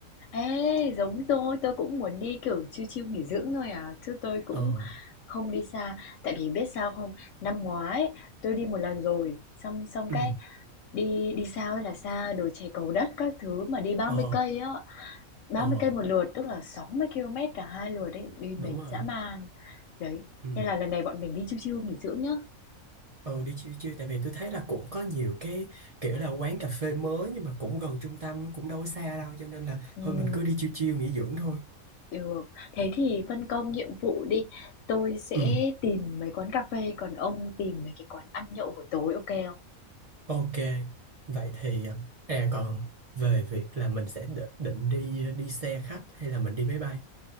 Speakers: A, on the left; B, on the right.
A: Ê, giống tôi, tôi cũng muốn đi, kiểu, chill chill nghỉ dưỡng thôi à, chứ tôi cũng
B: ờ
A: không đi xa. Tại vì biết sao không? Năm ngoái tôi đi một lần rồi, xong xong
B: ừ
A: cái đi đi xa ơi là xa, đồi chè Cầu Đất các thứ mà đi ba
B: ờ
A: mươi cây á, ba
B: ờ
A: mươi cây một lượt, tức là 60 km cả hai lượt đấy, đi mệt
B: đúng rồi
A: dã man. Đấy,
B: ừ
A: nên là lần này bọn mình đi chill chill nghỉ dưỡng nhá.
B: Ừ đi chill chill tại vì tôi thấy là cũng có nhiều cái kiểu là quán cà phê mới nhưng mà cũng gần trung tâm cũng đâu có xa đâu cho nên là
A: Ừm.
B: thôi mình cứ đi chill chill nghỉ dưỡng thôi.
A: Được, thế thì phân công nhiệm vụ đi, tôi sẽ
B: Ừ.
A: tìm mấy quán cà phê, còn ông tìm mấy cái quán ăn nhậu buổi tối, ok không?
B: Ok. Vậy thì à còn về việc là mình sẽ đ- định đi đi xe khách hay là mình đi máy bay,